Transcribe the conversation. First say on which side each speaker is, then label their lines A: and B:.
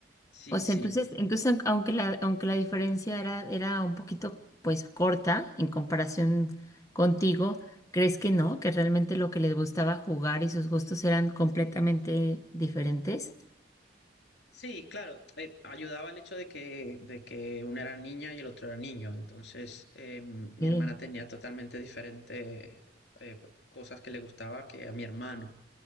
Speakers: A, on the left; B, on the left.
A: sí,
B: O sea,
A: sí.
B: entonces, entonces aun- aunque la, aunque la diferencia era, era un poquito pues corta en comparación contigo, ¿crees que no? Que realmente lo que les gustaba jugar y sus gustos eran completamente diferentes.
A: Sí, claro, eh, ayudaba el hecho de que, de que una era niña y el otro era niño. Entonces, eh, mi
B: Sí,
A: hermana tenía totalmente diferentes cosas que le gustaba que a mi hermano.